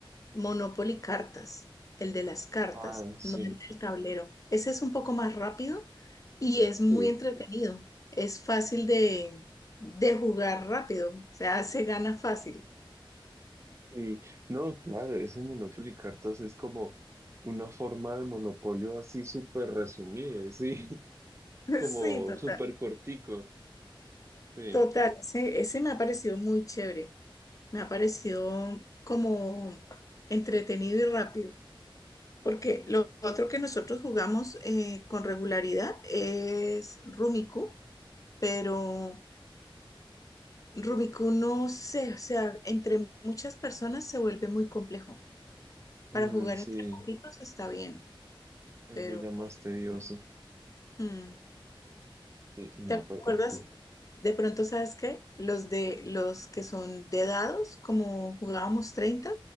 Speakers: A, on the left; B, on the right.
A: Monopoly Cartas, el de las cartas,
B: Ah, sí.
A: no el del tablero. Ese es un poco más rápido y es
B: Sí.
A: muy entretenido. Es fácil de, de jugar rápido, o sea, se gana fácil.
B: Y no, claro, ese Monopoly Cartas es como una forma de monopolio así súper resumida, sí, <laughs>
A: <laughs>
B: como
A: Sí, total.
B: súper cortico, sí,
A: Total, ese, ese me ha parecido muy chévere. Me ha parecido como entretenido y rápido. Porque
B: sí,
A: lo otro que nosotros jugamos eh, con regularidad es Rumiku, pero Rubiku, no sé, o sea, entre muchas personas se vuelve muy complejo. Para
B: Mm,
A: jugar
B: sí,
A: entre poquitos está bien,
B: tal
A: pero
B: vez ya más
A: con-
B: tedioso,
A: no. Mm.
B: sí, no,
A: ¿Te acuerdas?
B: pues eh, sí,
A: De pronto, ¿sabes qué? Los de los que son de dados, como jugábamos treinta,